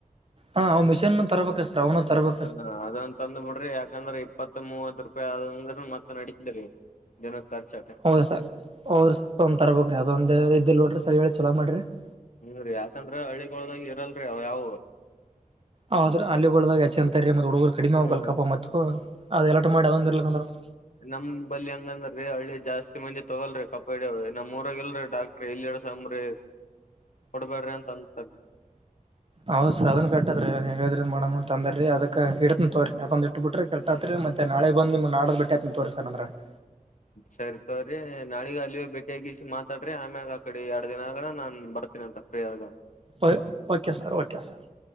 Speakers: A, on the right; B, on the left.
A: ಹಾ ಅವ ಮಿಷನ್ ತರಬೇಕ ಅಲ್ಲಿ. <inaudible> ಲಗೂನ ತರಬೇಕ. <inaudible>
B: ಅಂದರ್ ಆದಂತ <inaudible> ತಂದ್ ಬಿಡ್ರಿ ಯಾಕಂದ್ರ ಇಪ್ಪತ್ತ ಮೂವತ್ತ ರೂಪಾಯಿ ಆದಂದ್ರ ಮತ್ತ ನಡೇತದ್ರಿ ದಿನದ ಖರ್ಚ ಆಯ್ತ. <inaudible>
A: ಹೌದು ಸರ್ ಹೌದು ಸರ್ ಒಂದ್ ತರಬಬೇಕು ರೀ ಅದ ಒಂದೇ ರೀತಿಯಲ್ಲಿ ನೋಡ್ರರಿ ಸರಿ ಹೇಳ ರಿ ಚಲೂ ಮಾಡ್ರರಿ. <inaudible>
B: ಹು ರೀ ಯಾಕಂದ್ರ ಹಳ್ಳಿಗೊಳದಾಗ ಇರಲ್ರಿ ಅವ್ ಯಾವವು. <inaudible>
A: ಹೌದರಿ ಹಳ್ಳಿಗಳದಾಗ ಹಚ್ಚಂತರಿ ಮತ್ತ ಹುಡುಗರು ಕಡಿಮೆ
B: ಹ್ಮ್.
A: ಆಗಬೇಕ ಅಲ್ಲ ಕಪ್ಪ ಮತ್ತು ಹೌದು ಅದ ಎರಾಟ ಮಾಡಿ ಅದೊಂದ ಇರ್ಲಕಂದ್ರ. <inaudible>
B: ನಮ್ಮ ಬಲ್ಲಿ ಹಂಗಂದ್ರೀ ಹಳ್ಳಿ ಜಾಸ್ತಿ ಮಂದಿ ತೋಗಲ್ರಿ ಕಪ ಹಿಡಿಯೋದ ನಮ್ಮ ಊರಾಗಲ್ರಿ ಡಾಕ್ <inaudible> ರಿ ಇಲ್ಲೇ ಅದರಿ ಸಾಂಬಾರಿ ಕೊಡ್ಬೇಡ್ರಿ ಅಂತ ತಂತ <inaudible>
A: ಹೌದ ಸರ್ ಅದನ ಕಟ್ಟದರೀ ನೀವ್ ಹೇಳಿದರ ಮಾಡಮ್ ತಂದ್ರರಿ ಅದಕ್ ಇಡತಿನ್ ತೋರರಿ ಅದಒಂದ ಇಟ್ಟ ಬಿಟ್ರೆ ಕೇಳ್ <inaudible> ರಾತ್ರಿ ಮತ್ತೆ ನಾಳೆಗ ಬಂದ ನಿಮ್ಮನ ನಾಡದ ಬೇಟ್ಟೆ ಆಗ್ತೀನ ತೋರ್ ಸರ್ ಅಂದರ್ <inaudible>
B: ಸರಿ ತೋರರಿ ನಾಳಿಗ ಅಲ್ಲಿಯೇ ಭೇಟಿಯಾಗಿಸಿ ಮಾತಾಡರಿ ಆಮ್ಯಾಗ ಆ ಕಡೆ ಎರಡು ದಿನ ಆಗಣ ನಾನ್ ಬರ್ತೀನಿ ಅಂತ. <inaudible> ಫ್ರೀ ಆದಗ ಹೇಳ? <inaudible>
A: ಓ ಓಕೆ ಸರ್ ಓಕೆ ಸರ್